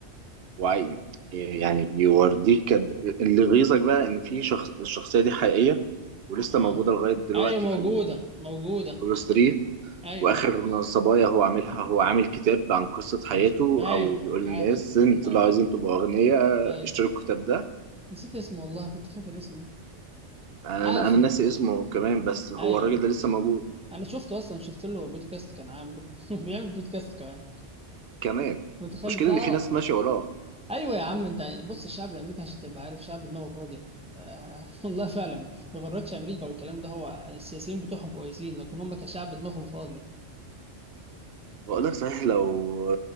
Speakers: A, on the right; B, in the centre.
A: وعي يعني بيوريك قد- اللي يغيظك بقى ان في شخص الشخصيه دي حقيقيه ولسه
B: اه
A: موجوده لغايه دلوقتي
B: ايوه موجودة
A: في
B: موجودة
A: الكولوس 3
B: ايوه
A: واخر صبايا هو عاملها هو عامل كتاب عن قصه حياته
B: ايوه
A: او بيقول للناس
B: عارف
A: انتوا
B: عارف
A: لو عايزين تبقوا اغنياء
B: ايوه
A: اشتروا الكتاب ده
B: نسيت اسمه والله كنت فاكر اسمه
A: انا
B: عارفه
A: انا ناسي اسمه كمان بس هو
B: ايوه
A: الراجل ده لسه موجود
B: انا شفته اصلا شفت له بودكاست كان عامله <laughs> بيعمل بودكاست كمان
A: كمان
B: متخيل
A: المشكله
B: ده
A: ان
B: اه
A: في ناس ماشيه وراه
B: ايوه يا عم انت بص الشعب الامريكي عشان تبقى عارف شعب دماغه فاضيه آه <laughs> والله فعلا ما غرتش امريكا والكلام ده هو السياسيين بتوعهم كويسين لكن هم كشعب دماغهم فاضيه
A: بقول لك صحيح لو